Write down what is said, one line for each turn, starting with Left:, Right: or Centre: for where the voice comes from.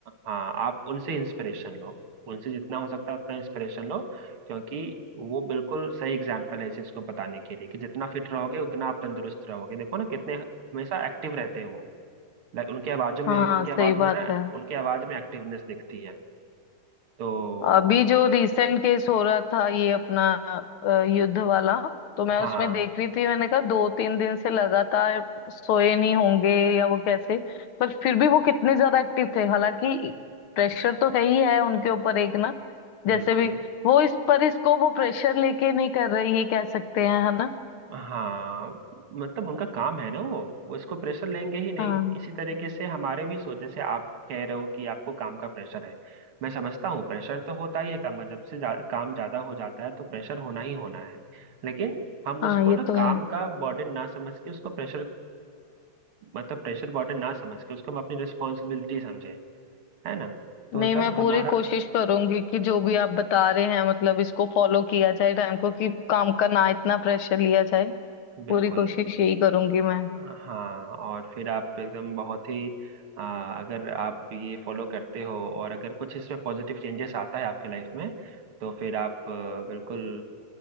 Right: हाँ आप उनसे इंस्पिरेशन लो उनसे जितना हो सकता है उतना इंस्पिरेशन लो क्योंकि वो बिल्कुल सही एग्जाम्पल है इस चीज को बताने के लिए कि जितना फिट रहोगे उतना आप तंदुरुस्त रहोगे देखो ना कितने हमेशा एक्टिव रहते हैं वो लाइक उनके आवाजों में
Left: हाँ
Right: उनके
Left: सही
Right: आवाज में
Left: बात
Right: ना
Left: है
Right: उनके आवाज में एक्टिवनेस दिखती है तो
Left: अभी जो रिसेंट केस हो रहा था ये अपना अ, युद्ध वाला तो मैं
Right: हाँ
Left: उसमें देख रही थी मैंने कहा दो तीन दिन से लगातार सोए नहीं होंगे या वो कैसे पर फिर भी वो कितने ज्यादा एक्टिव थे हालांकि प्रेशर तो है ही है उनके ऊपर एक ना जैसे
Right: बिल्कुल
Left: भी वो इस पर इसको वो प्रेशर लेके नहीं कर रही ये कह सकते हैं है ना
Right: हाँ मतलब उनका काम है ना वो वो इसको प्रेशर लेंगे ही नहीं
Left: हाँ
Right: इसी तरीके से हमारे भी सोच जैसे आप कह रहे हो कि आपको काम का प्रेशर है मैं समझता हूँ प्रेशर तो होता ही है काम का जब से जा, काम ज्यादा हो जाता है तो प्रेशर होना ही होना है लेकिन हम
Left: हाँ
Right: उसको
Left: ये
Right: ना
Left: तो
Right: काम
Left: है
Right: का बर्डन ना समझ के उसको प्रेशर मतलब प्रेशर बर्डन ना समझ के उसको हम अपनी रिस्पॉन्सिबिलिटी समझे है ना तो
Left: नहीं
Right: जब
Left: मैं पूरी
Right: हमारा
Left: कोशिश करूंगी कि जो भी आप बता रहे हैं मतलब इसको फॉलो किया जाए टाइम को कि काम का ना इतना प्रेशर लिया जाए
Right: बिल्कुल
Left: पूरी कोशिश यही करूंगी
Right: अ,
Left: मैं
Right: हाँ और फिर आप एकदम बहुत ही अ, अगर आप ये फॉलो करते हो और अगर कुछ इसमें पॉजिटिव चेंजेस आता है आपके लाइफ में तो फिर आप अ, बिल्कुल